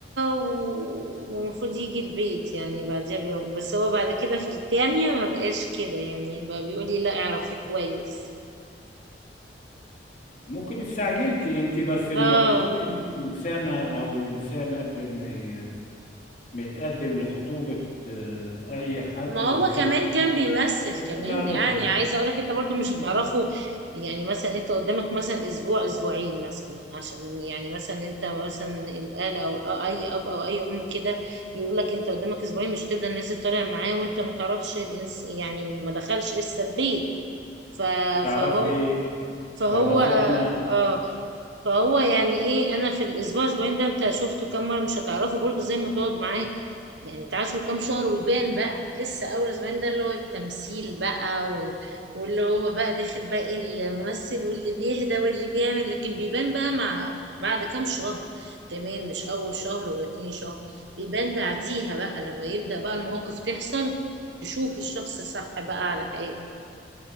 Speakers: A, on the right; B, on the left.
A: و- ومفروض يجي البيت يعني بعديها بيوم بس هو بعد كده في التانية ما بقاش كده يعني بقى بيقولي لا اعرفيه كويس
B: ممكن استعجلتي انت بس المفروض
A: اه
B: انت الانسانة او الانسان قبل ما ي- ما يتقدم لخطوبة آه، اي حد
A: ما هو
B: ويرتبط
A: كمان
B: بيه
A: كان بيمثل
B: لازم
A: كمان
B: يعرفه
A: يعني عايزه اقولك انت برضو مش
B: <clears throat>
A: هتعرفه يعني مثلا انت قدامك مثلا اسبوع اسبوعين مثلا عشان يعني مثلا انت مثلا الاله او الأ- اي اب او اي ام كده يقول لك انت قدامك اسبوعين مش هتبدا الناس تطالع معاه وانت ما تعرفش الإنس- يعني ما دخلش لسه البيت ف-
B: تعرفي
A: فهو فهو
B: تعرفي
A: اه
B: انا
A: فهو يعني ايه انا في الاسبوع اسبوعين ده انت شفته كام مره مش هتعرفه برضو زي ما تقعد معاه يعني تعاشر كام شهر ويبان بقى لسه اول اسبوعين ده اللي هو التمثيل بقى وال- واللي هو بقى داخل بقى إيه الممثل واللي بيهدى واللي بيعمل لكن بيبان بقى مع بعد كام شهر كمان مش اول شهر ولا تاني شهر بيبان بعديها بقى لما يبدأ بقى المواقف تحصل تشوف الشخص الصح بقى على حقيقته